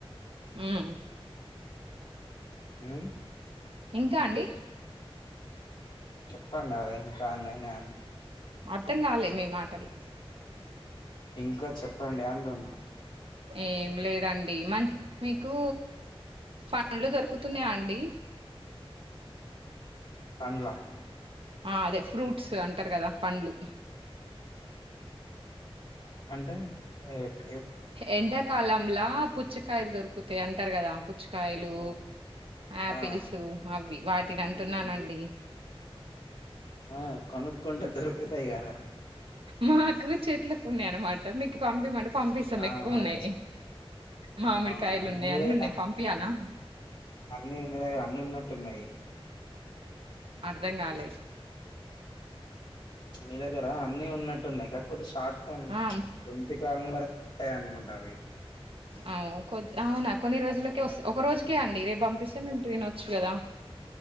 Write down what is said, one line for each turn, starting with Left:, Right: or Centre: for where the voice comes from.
Right: ఉ ఆహా
Left: ఉ
Right: ఇంకా అండి
Left: చెప్తాండవే ఇంకా నేనే అని
Right: అర్థం కాలే మీ మాటలు
Left: ఇంకా చెప్పండి అంటున్నా
Right: ఏం లేదండి మంచు మీకు పండ్లు దొరుకుతున్నాయా అండి
Left: <inaudible> పండ్ల ఆ
Right: ఆ అదే ఫ్రూట్స్ అంటారు కదా పండ్లు
Left: అంటే ఏత్
Right: ఎండాకాలం లా పుచ్చకాయలు దొరుకుతాయి అంటారు కదా పుచ్చికాయలు ఆపిల్స్
Left: ఆ
Right: అవి వాటిని అంటున్నానండి
Left: ఆ కొనుక్కుంటే దొరుకుతాయి కదా
Right: మాకు చెట్లకు ఉన్నాయి అన్నమాట మీకు పంపిమంటే పంపిస్తాం
Left: ఆచు
Right: ఎక్కువ ఉన్నాయి మామిడికాయలు
Left: అవునా
Right: ఉన్నాయి
Left: మీ
Right: అన్ని
Left: దగ్గర
Right: ఉన్నాయి పంపియాలా
Left: అన్ని మీ దగ్గర అన్ని ఉన్న టున్నాయి
Right: అర్ధం కాలే
Left: మీ దగ్గర అన్ని ఉన్నట్టు ఉన్నాయి కాకపోతే షార్ట్ టైమ్
Right: ఆ
Left: కొనిటిక్ కారున్ వరకు వస్తాయ్ అనుకుంటా అవి
Right: అవు కొద్ అవునా కొన్ని రోజులకే వస్తాయి ఒక రోజుకే అండి రేపు పంపిస్తే మేము ట్రైన్ వచ్చు కదా